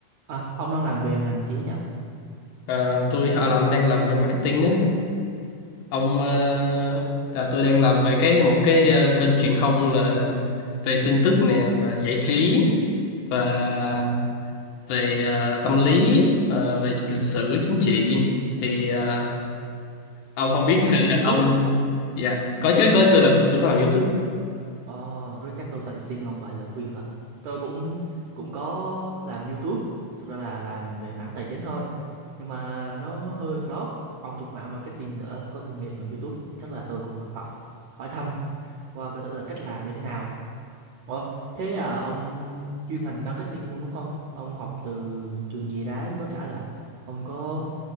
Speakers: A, on the right (about 80°); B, on the left (about 85°).
A: À, ông đang làm về ngành trí nhỉ?
B: À, tôi họ làm đang làm về marketing á ông ờ, à, tôi đang làm về cái một cái ờ, kênh truyền thông là về tin tức nè và giải trí và
A: Ờ,
B: về ờ, tâm lý và về lịch sử chính trị thì ờ, ông không biết
A: ông làm
B: <laughs>
A: về YouTube
B: ông
A: á?
B: dạ có chứ có tôi là tôi có làm YouTube
A: Ờ, rồi chắc tôi phải xin ông vài lời khuyên thôi. Tôi cũng cũng có làm YouTube, thực ra là làm về mảng tài chính thôi. Nhưng mà nó hơi flop. Ông thuộc mảng marketing nữa, có kinh nghiệm làm YouTube, chắc là tôi cũng phải hỏi thăm qua coi thử là cách làm như thế nào. Ủa, thế à, ông chuyên ngành marketing luôn đúng không? Ông học từ trường gì đấy với cả là ông có